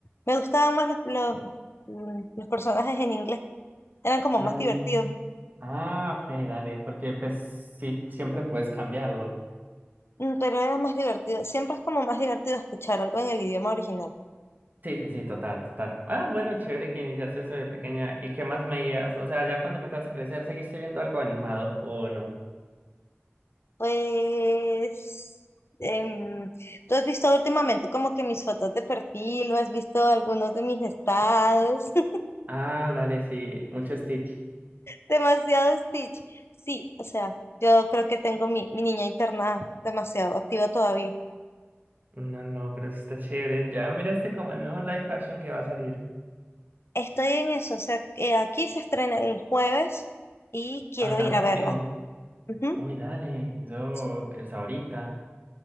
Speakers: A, on the left; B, on the right.
A: Me gustaban más los, los mm, los personajes en inglés, eran como
B: Dale.
A: más divertidos,
B: Ah, ok, dale, porque pues sí, siempre puedes cambiarlo.
A: Mm, pero era más divertido. Siempre es como más divertido escuchar algo en el idioma original.
B: Sí, sí, sí, total, total. Ah, bueno, chévere que iniciaste eso de pequeña. ¿Y qué más veías? O sea, ya cuando empezaste a crecer, ¿seguiste viendo algo animado o no?
A: Pues, em, ¿tú has visto últimamente como que mis fotos de perfil o has visto algunos de mis estados? <laughs>
B: Ah, dale, sí, mucho Stitch.
A: Demasiado Stitch. Sí, o sea, yo creo que tengo mi, mi niña internada demasiado activa todavía.
B: No, no, pero eso está chévere. Ya miraste como el nuevo live action que va a salir.
A: Estoy en eso, o sea, eh, aquí se estrena el jueves y quiero
B: Ah, tan
A: ir
B: rápido.
A: a verla. Ujú.
B: Uy, dale, eso
A: Sí,
B: es ahorita.